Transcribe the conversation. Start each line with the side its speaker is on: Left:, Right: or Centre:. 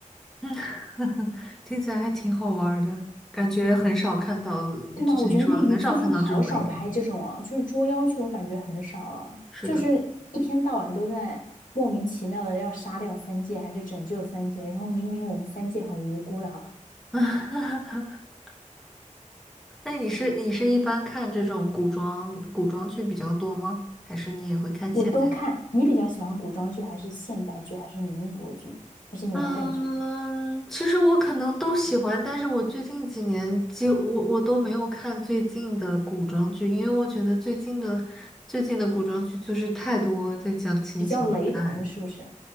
Centre: <laughs> 嗯听起来还挺好玩儿的，感觉很少看到，
Left: 对吧？
Centre: 就像你说的，
Left: 我觉得内娱最近好少拍这种啊，
Centre: 很少看到这种类型。
Left: 就是捉妖剧，我感觉很少了，
Centre: 是的，
Left: 就是一天到晚都在莫名其妙的要杀掉三界，还是拯救三界，然后明明我们三界很无辜的，好吧？
Centre: <laughs> 那你是你是一般看这种古装古装剧比较多吗？还是你也会看现代剧？
Left: 我都看。你比较喜欢古装剧，还是现代剧，还是民国剧，还是年代剧？
Centre: 嗯，其实我可能都喜欢，但是我最近几年几我我都没有看最近的古装剧，因为我觉得最近的最近的古装剧就是太多在讲亲情爱爱了。
Left: 比较雷同是不是？